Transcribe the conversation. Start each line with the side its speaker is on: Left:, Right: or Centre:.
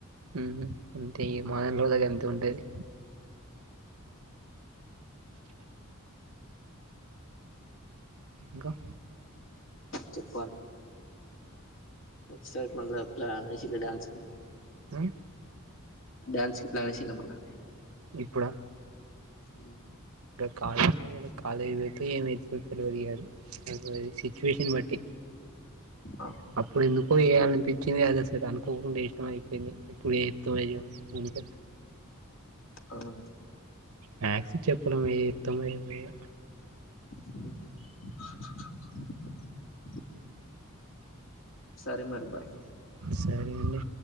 Right: ఉమ్ అంతే ఇగ మా దగ్గర కూడా అంతే ఉంటది. ఇంకా.
Left: చెప్పాలి. ఈ సారి మనలా ప్లాన్ ఆహ్ చిన్న డ్యాన్స్ ఉన్నది.
Right: ఆహ్.
Left: డ్యాన్స్ కి ప్లాన్ వేసింరా మల్లా.
Right: ఇప్పుడా.
Left: ఉమ్.
Right: కాలేజ్ కే పోళే కాలేజ్ పోతే ఏమైత్. తెలియదిగా ఆహ్ సిచువేషన్ బట్టి.
Left: ఆహ్.
Right: అప్పుడు ఎందుకో చేయాలనిపించింది అది అసలు అనుకోకుండా ఇష్టం అయిపోయింది ఇప్పుడు ఎక్కువయ్యాం. అందుకే.
Left: అవునా.
Right: మ్యాథ్స్ చెప్పడం ఇత్తము ఇవేగా.
Left: ఆహ్. సరే మరి బాయ్.
Right: సరే అండి.